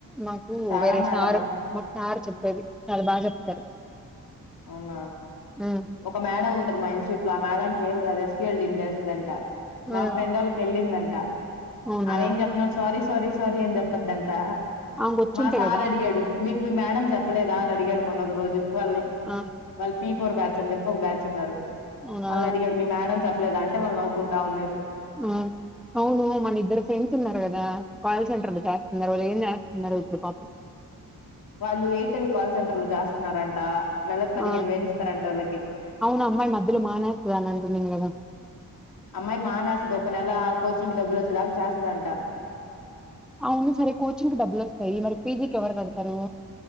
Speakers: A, in the centre; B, on the left.
A: మాకు
B: సారా
A: వేరే
B: మేడమా
A: సారు మాకు సార్ చెప్పేది చాలా బాగా చెప్తారు
B: అవునా
A: ఉమ్
B: ఒక మేడం ఉంటంది మా ఇన్స్టిట్యూట్ లో ఆ మేడం ఏం రాదు ఎస్క్యూల్ డీల్ చేస్తుందంట మా
A: ఆ
B: ఫ్రెండ్ వాళ్ళ వెళ్ళిందంట
A: అవునా
B: ఆమె ఏమి చెప్న్నాడు సారీ సారీ సారీ అని చెప్ పద్దంతా
A: ఆమెకు వచ్చుంటే
B: మా సార్
A: కదా
B: అడిగాడు మీకు మీ మేడం చెప్పలేదా అని అడిగాడు మొన్న ఒక రోజు వాళ్ళ
A: ఆ
B: వాళ్ళు పి ఫోర్ బ్యాచ్ అని చెప్పి ఒక బ్యాచ్ ఉన్నారు
A: అవునా
B: మళ్ళీ అడిగాడు మీ మేడం చెప్ప లేదంటే వాళ్ళు నవ్వుకుంటా ఉన్నారు
A: ఆ అవును మన ఇద్దరు ఫ్రెండ్స్ ఉన్నారు కదా కాల్ సెంటర్ లో చేస్తున్నారు వాళ్ళు ఏం చేస్తున్నారు ఇప్పుడు పాపం
B: వాళ్ళు ఎయిర్టెల్ కాల్ సెంటర్ లో చేస్తున్నారంట నీలకి పదిహేను
A: ఆ
B: వేళ్లు ఇస్తారంట వాళకి
A: అవును అమ్మాయి మధ్యలో మానేస్తది అని అంటున్నాను కదా
B: అమ్మాయి మానేస్తుంది ఒక నెల కోచింగ్ డబ్బులు వచ్చే దాకా చేస్తుదంట
A: అవును సరే కోచింగ్కి డబ్బులు వస్తాయి మరి పీజీకి ఎవరు కడతారు